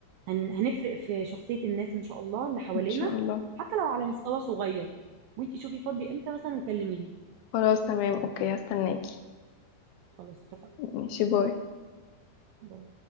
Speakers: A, on the right (about 85°); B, on the left (about 75°).
A: هن... هنفرق في شخصيه الناس ان شاء الله اللي حوالينا
B: ان شاء الله
A: حتى لو على مستوى صغير وانتي شوفي فاضيه امتى مثلا وكلميني
B: خلاص تمام اوكي هستناكي
A: خلاص اتفقنا
B: ماشي باي
A: باي.